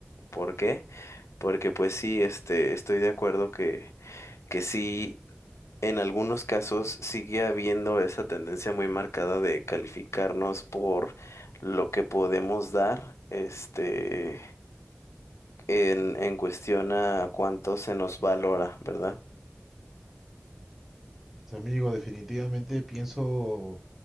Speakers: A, on the left; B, in the centre.
A: ¿Por qué? Porque pues sí, este, estoy de acuerdo que, que sí, en algunos casos sigue habiendo esa tendencia muy marcada de calificarnos por lo que podemos dar, este en, en cuestión a cuánto se nos valora, ¿verdad?
B: Pues, Amigo, definitivamente pienso,